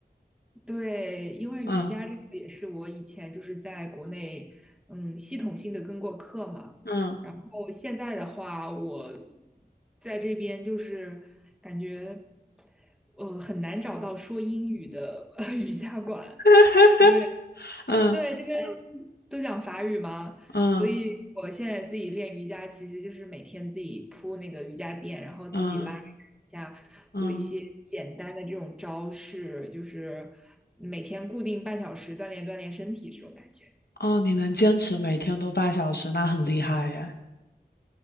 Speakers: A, in the centre; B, on the left.
A: 对，因为瑜伽这个也是我以前就是在国内，
B: 嗯
A: 嗯，系统性的跟过课嘛。
B: 嗯
A: 然后现在的话，我在这边就是感觉，呃，很难找到说英语的 <laughs> 呃瑜伽馆，
B: <laughs>
A: 因为。
B: 嗯
A: 对，这边都讲法语嘛，
B: 嗯
A: 所以我现在自己练瑜伽，其实就是每天自己铺那个瑜伽垫，然后自己拉伸一下，
B: 嗯
A: 做一些简单的这种招式，
B: 嗯，
A: 就是每天固定半小时锻炼锻炼身体这种感觉。
B: 哦，你能坚持每天都半小时，那很厉害耶。